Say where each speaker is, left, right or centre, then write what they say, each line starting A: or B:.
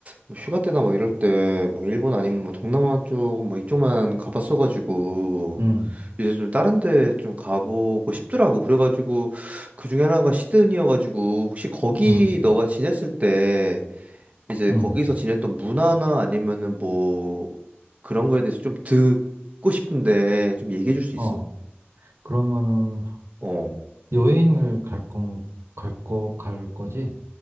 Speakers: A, on the right (about 35°); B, on the right (about 80°).
A: 뭐 휴가 때나 뭐 이럴 때 뭐 일본 아니면 뭐 동남아 쪽 뭐 이쪽만 가봤어가지고
B: 음,
A: 이제 좀 다른 데 좀 가보고 싶더라고. 그래가지고 그 중에 하나가 시드니여가지고 혹시 거기
B: 음,
A: 너가 지냈을 때 이제
B: 음,
A: 거기서 지냈던 문화나 아니면은 뭐 그런 거에 대해서 좀 듣고 싶은데 좀 얘기해 줄 수
B: 어.
A: 있어?
B: 그러면은
A: 어.
B: 여행을 갈 건, 갈 거, 갈 거지?